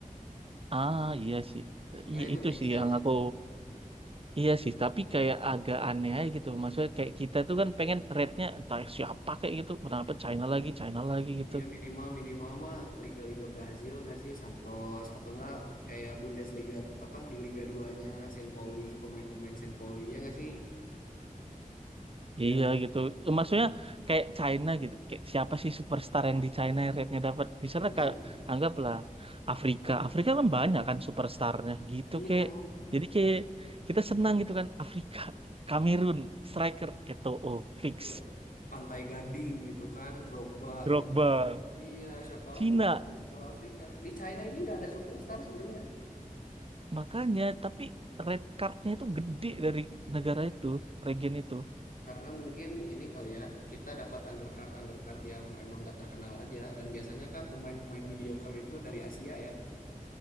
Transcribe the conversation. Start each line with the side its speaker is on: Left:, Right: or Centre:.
Right: ah iya sih
Left: Makanya
Right: Iya
Left: itu
Right: itu
Left: make
Right: sih
Left: sense
Right: yang
Left: sih.
Right: aku iya sih tapi kayak agak aneh aja gitu maksudnya kayak kita tuh kan pengen rate-nya entah siapa kayak gitu kenapa China lagi China lagi gitu
Left: Dia minimal minimal mah liga-liga Brazil nggak sih Santos atau enggak kayak Bundesliga apa di Liga 2-nya Saint Pauli, pemain-pemain Saint Pauli ya nggak sih? Biar
Right: Iya gitu. Maksudnya kayak China gitu. Kayak siapa sih superstar yang di China yang rate-nya dapat? Misalnya
Left: naik.
Right: kayak anggaplah Afrika. Afrika kan banyak kan superstarnya gitu
Left: Iya,
Right: kayak. Jadi kayak kita senang gitu kan Afrika, Kamerun, striker Eto'o, fix.
Left: Iya. Pantai Gading gitu kan, Drogba
Right: Drogba.
Left: gitu kan. Iya, siapa
Right: Cina
Left: lagi banyak kalau Afrika. Di China ini nggak ada superstar sebenarnya.
Right: makanya tapi red cardnya itu gede dari negara itu, region itu.
Left: Karena mungkin ini kali ya, kita dapat undercard undercard yang emang nggak terkenal aja. Dan biasanya kan pemain-pemain mediocre itu dari Asia ya.